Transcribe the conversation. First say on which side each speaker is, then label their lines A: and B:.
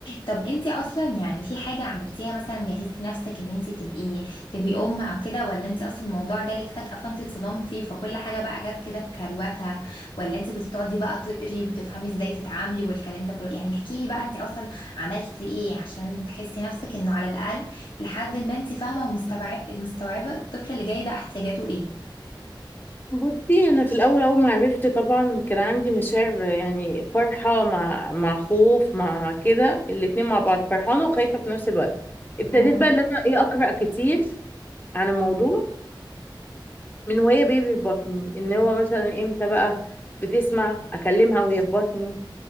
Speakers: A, on the left; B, on the left.
A: طب انتي أصلا يعني في حاجة عملتيها مثلا جهزتي نفسك إن انتي تبقي تبقي أم أو كده ولا انتي أصلا الموضوع جالك فجأة فانتي اتصدمتي فكل حاجة بقى جت كده بكروتها ولا انتي كنتي بتقعدي بقى تقري وتفهمي ازاي تتعاملي والكلام ده كله يعني احكيلي بقى انتي أصلا عملتي ايه عشان تحسي نفسك إنه على الأقل لحد ما انتي فاهمة ومستوعبة مستوعبة الطفل اللي جاي ده احتياجاته ايه
B: بصي انا في الاول اول ما عرفت طبعا كان عندي مشاعر يعني فرحه مع مع خوف مع كده الاتنين مع بعض فرحانه وخايفه في نفس الوقت ابتديت
A: مم.
B: بقى ان انا ايه اقرا كتير عن الموضوع من وهي بيبي في بطني ان هو مثلا امتى بقى بتسمع اكلمها وهي في بطني